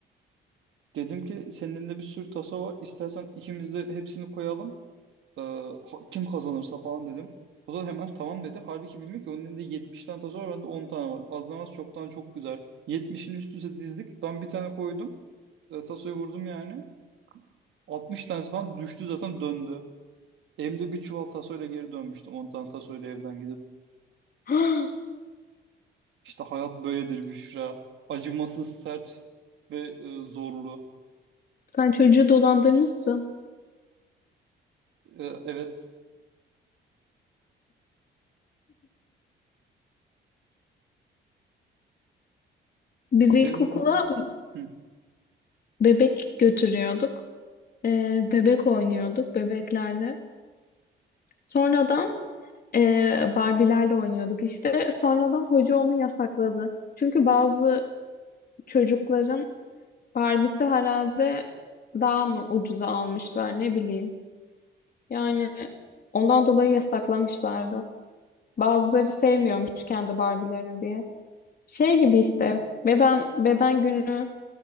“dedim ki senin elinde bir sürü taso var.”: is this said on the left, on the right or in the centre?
Right